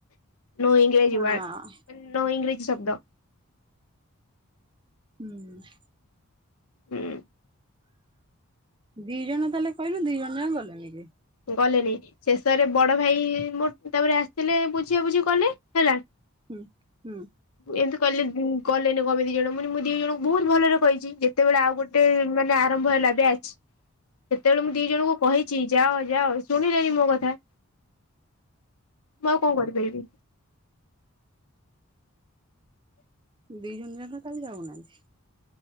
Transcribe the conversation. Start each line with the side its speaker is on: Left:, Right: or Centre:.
Left: ନୋ ଇଂଗ୍ରାଜୀ
Right: ହଁ
Left: ୱାର୍ଡ। ନୋ ଇଂଗ୍ରେଜୀ ଶବ୍ଦ।
Right: ହୁଁ ହୁଁ।
Left: ହୁଁ।
Right: ଦି ଜଣ ତାହେଲେ କହିଲୁ ଦି ଜଣ ଯାକ ଗଲେନି ଯେ।
Left: ଗଲେନି ଶେଷରେ ବଡ ଭାଇ ମୋ ତାପରେ ଆସିଥିଲେ ବୁଝିଆ ବୁଝି କଲେ ହେଲା।
Right: ହୁଁ ହୁଁ।
Left: ଏମତି କହିଲେ ଉଁ ଗଲେନି କଣ ପାଇଁ ଦି ଜଣ ମୁଁ କହିଲି ମୁଁ ଦି ଜଣଙ୍କୁ ବହୁତ ଭଲରେ କହିଚି ଯେତେବେଳେ ଆଉ ଗୋଟେ ମାନେ ଆ ରମ୍ଭ ହେଲା ବ୍ୟାଚ୍ କେତେବେଳେ ମୁଁ ଦି ଜଣଙ୍କୁ କହିଚି ଯାଅ ଯାଅ ଶୁଣିଲେଣି ମୋ କଥା। ମୁଁ ଆଉ କଣ କରିପାରିବି।
Right: ଦି ଜଣ ଯାକ ତାହେଲେ ଯାଉନାହାନ୍ତି?